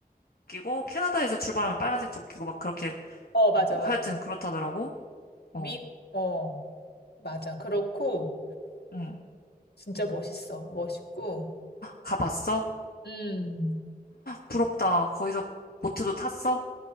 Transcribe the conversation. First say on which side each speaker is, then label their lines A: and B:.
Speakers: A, on the left; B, on the left.
A: 조끼고, 캐나다에서 출발하면 빨간색 조끼고, 막 그렇게,
B: 어, 맞아,
A: 뭐,
B: 맞아.
A: 하여튼 그렇다더라고. 어,
B: 미, 어, 맞아. 그렇고,
A: 응.
B: 진짜 멋있어. 멋있고.
A: 가봤어?
B: 음,
A: 부럽다. 거기서 보트도 탔어?